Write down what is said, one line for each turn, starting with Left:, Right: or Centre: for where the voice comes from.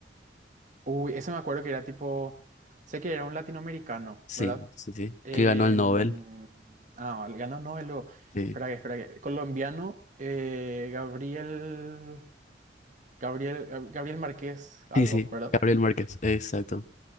Right: Uy, ese me acuerdo que era tipo. Sé que era un latinoamericano,
Left: Sí,
Right: ¿verdad?
Left: sí, sí.
Right: Em,
Left: Que ganó el Nobel.
Right: ah, el ganó Nobel luego.
Left: Sí,
Right: Espera que, espera que. Colombiano, eh, Gabriel. Gabriel. Gab- Gabriel Márquez, algo,
Left: sí, sí.
Right: ¿verdad?
Left: Gabriel Márquez, exacto.